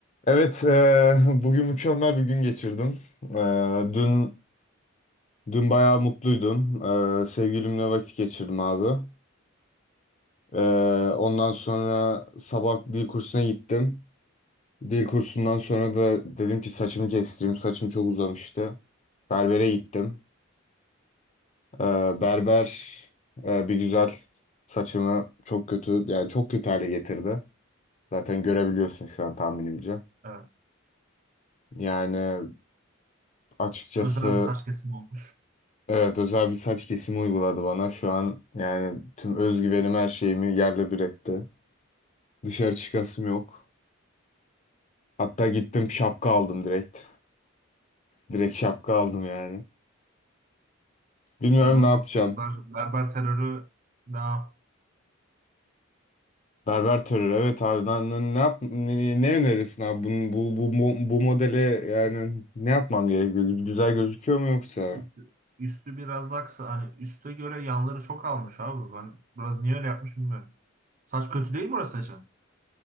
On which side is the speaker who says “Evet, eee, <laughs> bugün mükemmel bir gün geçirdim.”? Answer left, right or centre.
Left